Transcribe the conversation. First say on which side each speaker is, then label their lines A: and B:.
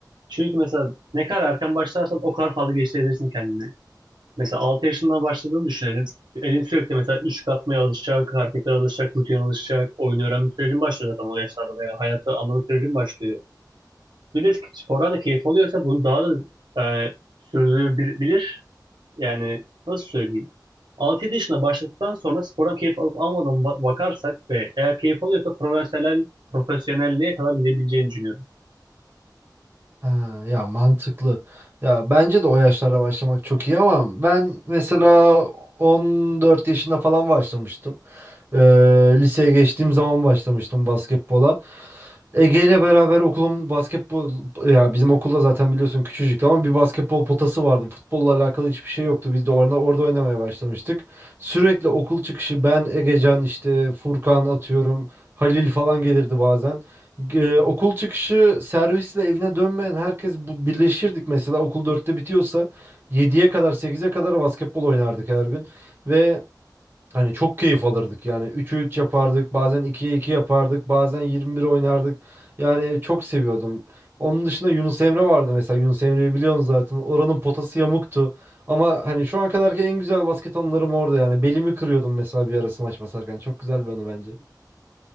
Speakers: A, on the right (about 80°); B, on the right (about 30°).
A: Çünkü mesela ne kadar erken başlarsan o kadar fazla geliştirebilirsin kendini. Mesela 6 yaşından başladığını düşünelim. Elin sürekli mesela üçlük atmaya alışacak, hareketlere alışacak, rutin alışacak. Oyun öğrenme sürecin başlıyor zaten o yaşlarda veya hayatta anlama sürecin başlıyor bir de spordan da keyif alıyorsa bunu daha da e, sürdürebilir. Yani nasıl söyleyeyim? 6-7 yaşında başladıktan sonra spordan keyif alıp almadan ba- bakarsak ve eğer keyif alıyorsa profesyonel profesyonelliğe kadar gidebileceğini düşünüyorum.
B: Ha, ya mantıklı. Ya bence de o yaşlarda başlamak çok iyi ama ben mesela 14 yaşında falan başlamıştım. Ee, liseye geçtiğim zaman başlamıştım basketbola. Ege ile beraber okulun basketbol ya bizim okulda zaten biliyorsun küçücüktü ama bir basketbol potası vardı. Futbolla alakalı hiçbir şey yoktu. Biz de orada orada oynamaya başlamıştık. Sürekli okul çıkışı ben, Egecan işte Furkan atıyorum. Halil falan gelirdi bazen. Ee, okul çıkışı servisle evine dönmeyen herkes bu birleşirdik mesela okul dörtte bitiyorsa yediye kadar sekize kadar basketbol oynardık her gün ve Hani çok keyif alırdık yani 3'e 3 yapardık bazen ikiye 2 yapardık bazen 21 oynardık yani çok seviyordum. Onun dışında Yunus Emre vardı mesela Yunus Emre'yi biliyorsun zaten oranın potası yamuktu ama hani şu ana kadarki en güzel basket anılarım orada yani belimi kırıyordum mesela bir ara smaç basarken çok güzel bir anı bence.